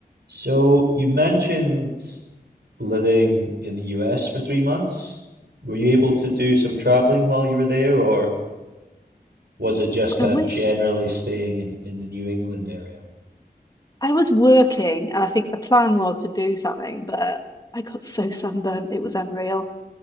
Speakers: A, on the right (about 85°); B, on the left (about 20°).
A: So you mentioned living in the US for three months. Were you able to do some traveling while you were there, or was it just kind
B: I wish
A: of generally staying in, in the New England area?
B: I was working, and I think the plan was to do something, but I got so sunburnt, it was unreal.